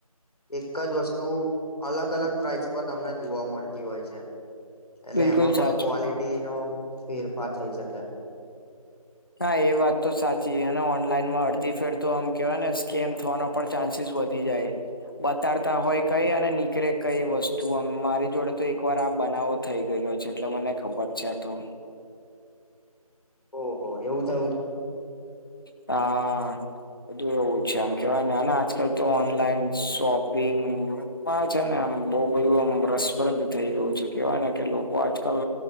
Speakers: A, on the left; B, on the left.
A: એક જ વસ્તુ અલગ અલગ પ્રાઇઝ પર તમને જોવા મળતી હોય છે. એટલે
B: બિલકુલ
A: એમાં
B: સાચું
A: પણ ક્વોલિટીનો ફેરફાર થઈ શકે
B: હા એ વાત તો સાચીને ઓનલાઈનમાં અડધી ફેરતો આમ કેવાય ને સ્કેમ થવાનો પણ ચાન્સીસ વધી જાય બતાડતા હોય કઈ અને નીકળે કઈ વસ્તુ. તું મારી જોડે તો એક વાર આ બનાવો થઈ ગયેલો છે એટલે મને ખબર છે આ તો.
A: ઓ હો એવું થયુ
B: હા બધું એવું છે, એમ કેવાય ને અને આજકાલ તો ઓનલાઈન શોપિંગ માં છે ને આમ બહુ બધું આમ રસપ્રદ થઈ ગયું છે કેવાય ને કે લોકો આજકાલ